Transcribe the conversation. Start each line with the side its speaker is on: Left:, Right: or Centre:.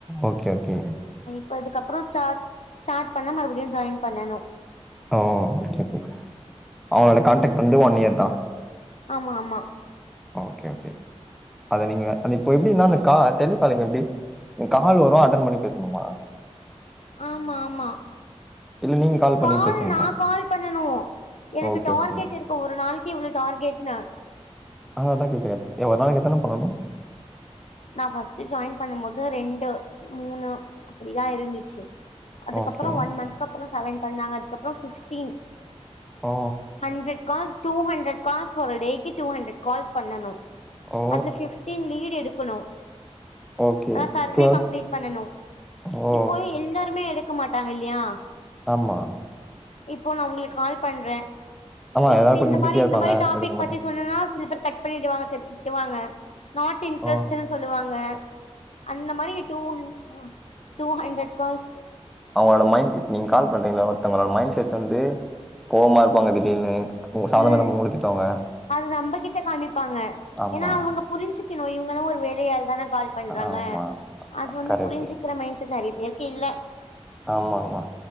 Centre: ஓகே ஓகே
Left: ப்ப இதுக்கப்புறொ ஸ்டார்ட் ஸ்டார்ட் பண்ணா மறுபடியு ஜாயின் பண்ணணு
Centre: ஓ ஓகே ஓகே அவுங்களோட கான்டக்ட் வந்து ஒன் இயர்தா
Left: ஆமா ஆமா
Centre: ஓகே ஓகே அத நீங்க அ இப்ப எப்டினா அந்த கா டெலிகாலிங் எப்டி கால் வரு அட்டன் பண்ணி பேசணுமா
Left: ஆமா ஆமா
Centre: இல்ல நீங்க பண்ணி
Left: கால்
Centre: பேசுவீங்களா
Left: நா கால் பண்ணனு எனக்கு
Centre: ஓகே
Left: டார்கெட்
Centre: ஓகே
Left: இருக்கூ ஒரு நாளைக்கி இவ்ளோ டார்கெட்னு
Centre: அ அதான் கேட்கிறேன் ஒரு நாளைக்கி எத்தன பண்ணனு
Left: நா ஃபஸ்ட்டு ஜாயின் பண்ணும் போது ரெண்டு மூணு அப்டிதா இருந்துச்சு அதுக்கப்புறோ
Centre: ஓகே
Left: ஒன் மந்த்கு அப்புறோ செவன் பண்ணாங்க அதுக்கப்புறோ ஃபிப்டீன்
Centre: ஓ
Left: hundred calls two hundred calls ஒரு டேக்கு டூ ஹண்ட்ரட் கால்ஸ் பண்ணணு
Centre: ஓ
Left: அதுல ஃபி டீன் லீடு எடுக்குணு
Centre: ஓகே
Left: ஆனா சர்வே
Centre: டூ
Left: கம்ப்ளீட் பண்ணனு
Centre: ஓ
Left: இப்போ எல்லாருமே எடுத் க்க மாட்டாங்க இல்லியா
Centre: ஆமா
Left: இப்போ நா உங்களுக்கு கால் பண்றே
Centre: ஆமா
Left: இப்டி
Centre: எல்லாரும் கொஞ்சம்
Left: இந்த மாரி
Centre: பிஸியா இருப்பாங்க
Left: இந்த மாரி டாபிக்
Centre: எடுக்க மாட்டாங்க
Left: பத்தி சொன்னேன்னா சிலர்பேர் கட் பண்ணிடுவாங்க சி திட்டுவாங்க நாட் இன்ட்ரஸ்ட்டுன்னு
Centre: ஓ
Left: சொல்லுவாங் ங்க அந்த மாரி டூ ஹண் ஓ டூ ஹண்ரட் கால்ஸ்
Centre: அவுங்ளோட மைண்ட் இப் நீங் கால் பண்றீங்ல ஒருத்தவ்ங்ளோட மைண்ட் செட் வந்து கோவ்மா இருப்பாங்க திடீர்னு உங்க சாதனம்
Left: ம்
Centre: இல்லாம உங்கள திட்டுவாங்க
Left: அது நம்பகிட்ட காமிப்பாங்க
Centre: ஆமா
Left: ஏன்னா அவுங்க புரிஞ்சிக்கணு இவுங்களு ஒரு வேலையாள்தான கால் பண்றாங்க
Centre: ஆமா
Left: அது வந்து
Centre: கரெக்ட்
Left: புரிஞ்சிக்கிற மைண்ட் செட் நிறைய பேருக்கு இல்ல
Centre: ஆமா ஆமா